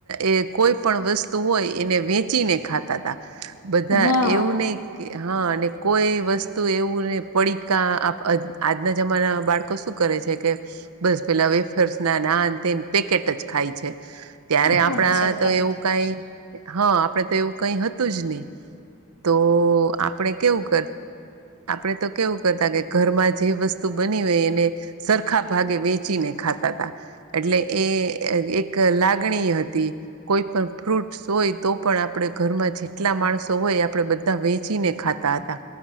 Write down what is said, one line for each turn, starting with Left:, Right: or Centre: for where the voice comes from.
Right: એ કોઈ પણ વસ્તુ હોય એને વેચીને ખાતા બધા
Left: હા
Right: એવું નહી કે હા અને કોઈ વસ્તુ એવું નને પડીિકા આપ આજના જમાના બાળકો શું કરે છે કે બસ પેલા વેફર્સ ના નાન તે પેકેટ જ ખાય છે ત્યારે
Left: હા
Right: આપણા
Left: જમતા
Right: તો
Left: નથી
Right: એવું કઈ હા આપડે તો એવું કઈ હતું જ નહી તો આપણે કેવું કર આપણે તો કેવું કરતા કે ઘરમાં જે વસ્તુ બની હોય એને સરખા ભાગે વેચીને ખાતા હતા એટલે એ એક લાગણી હતી કોઈ પણ ફ્રૂટસ હોય તો પણ આપણે ઘરમાં જેટલા માણસો હોય આપણેે બધા વેચીને ખાતા